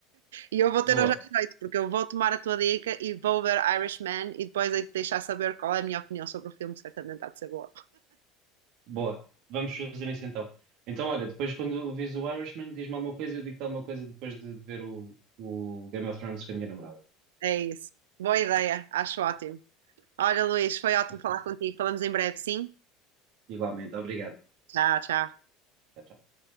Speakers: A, on the right; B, on the right.
A: E eu vou ter
B: boa.
A: hoje à noite, porque eu vou tomar a tua dica e vou ver Irishman e depois aí te deixar saber qual é a minha opinião sobre o filme, que certamente há de ser boa.
B: Boa, vamos fazer isso então. Então, olha, depois quando vês o Irishman, diz-me alguma coisa, e eu digo-te alguma coisa depois de, de ver o, o Game of Thrones com a minha namorada.
A: É isso. Boa ideia, acho ótimo.
B: Bom,
A: Olha, Luís, foi ótimo
B: Certeza.
A: falar contigo. Falamos em breve, sim?
B: Igualmente, obrigado.
A: Tchau, tchau.
B: Tchau, tchau.